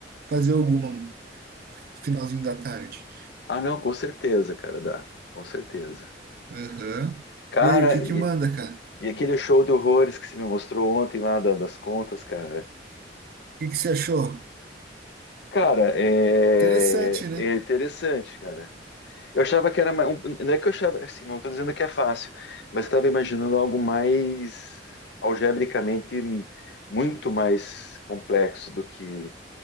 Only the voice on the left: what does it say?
Ah, não, com certeza, cara, dá. Com certeza.
Cara,
e-
E aquele show de horrores que você me mostrou ontem lá da- das contas, cara.
Cara, é,
é interessante, cara. Eu achava que era mais. um- Não é que eu achava, assim, não estou dizendo que é fácil, mas estava imaginando algo mais algebricamente muito mais complexo do que.